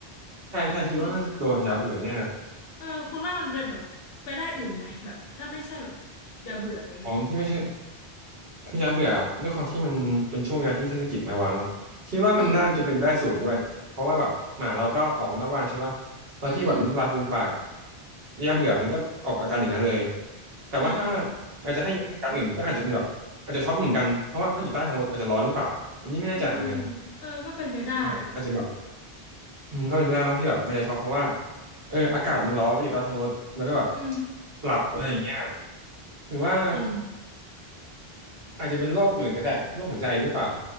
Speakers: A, on the right (about 70°); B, on the left (about 70°).
A: ใช่ใช่ คิดว่าน่าจะโดนยาเบื่อแน่เลย
B: คุณเออคุณว่ามันเป็นแบบไปได้อื่นไหมแบบถ้าไม่ใช่แบบอย่าเบื่ออะไรเงี้ย
A: อ๋อที่ไม่ใช่ คือย้ายเบื่อด้วยความที่มันเป็นช่วงเวลาที่เทศกิจมาวางเนาะคิดว่ามันน่าจะเป็นไปได้สูงด้วยเพราะว่าแบบหมาเราก็ออกนอกบ้านใช่ปะแล้วที่แบบน้ำลายฟูมปากอะ
B: อืมอืม
A: ยาเบื่อมันก็ออกอาการอย่างนั้นเลยแต่ว่าถ้า
B: อืมอืม
A: อาจจะให้ยกเหตุการณ์อื่นก็อาจจะเป็นแบบอาจจะช็อกเหมือนกันเพราะว่าอยู่ใต้ท้องรถอาจจะร้อนหรือเปล่าอันนี้ไม่แน่ใจเหมือนกัน
B: เออเออก็เป็นไปได้
A: อ่าอาจจะแบบอืมก็เป็นไปได้เนาะที่แบบมันจะช็อกเพราะว่าเอออากาศมันร้อนแล้วอยู่ใต้ท้องรถแล้วก็แบบ
B: อืม
A: หลับอะไรอย่างเงี้ยหรือว่า
B: จริง
A: อาจจะเป็นโรคอื่นก็ได้โรคหัวใจหรือเปล่า